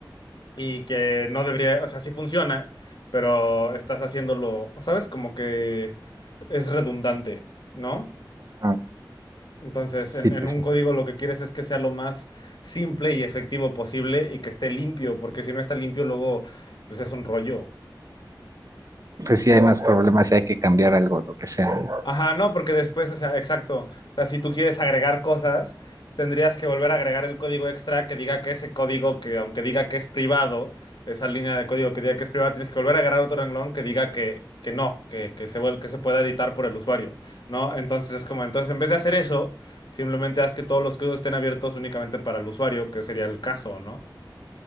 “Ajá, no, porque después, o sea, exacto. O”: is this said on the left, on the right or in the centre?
Left